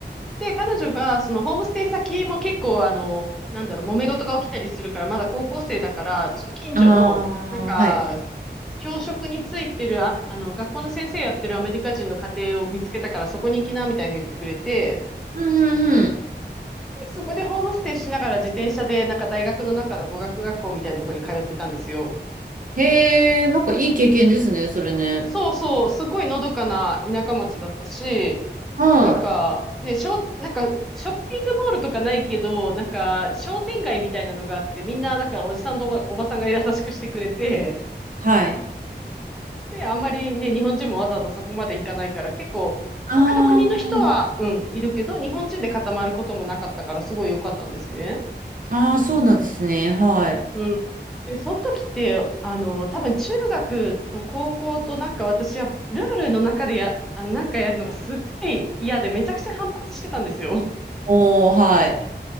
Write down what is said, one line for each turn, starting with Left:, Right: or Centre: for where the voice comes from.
Centre: で、彼女が、そのホームステイ先も結構、あの、なんだろう、揉め事が起きたりするから、まだ高校生だから、ちょっと近所の、
Right: ああ、
Centre: なんか、
Right: はい。
Centre: 教職についてる、あ、あの、学校の先生やってるアメリカ人の家庭を見つけたから、そこに行きな、みたいに言ってくれて、
Right: うんうんうん。
Centre: でそこでホームステイしながら自転車で、なんか大学の中の語学学校みたいなところに通ってたんですよ。
Right: へえ、なんかいい経験ですね、それね。
Centre: そうそう、すごいのどかな田舎町だったし、
Right: はい。
Centre: なんか、ね、ショ、なんか、ショッピングモールとかないけど、なんか、商店街みたいなのがあって、みんな、だから、おじさんとおば、おばさんが優しくしてくれて、
Right: はい。
Centre: で、あんまりね、日本人もわざわざそこまで行かないから、結構、
Right: あ
Centre: 他の国の人は、うん、いるけど、日本人で固まることもなかったから、すごい良かったんですね。
Right: あ、ああ、そうなんですね。はい。
Centre: うん。で、その時って、あの、多分中学と高校となんか私はルールの中でや、あ、なんかやるのがすっごい嫌でめちゃくちゃ反発してたんですよ。
Right: おー、はい。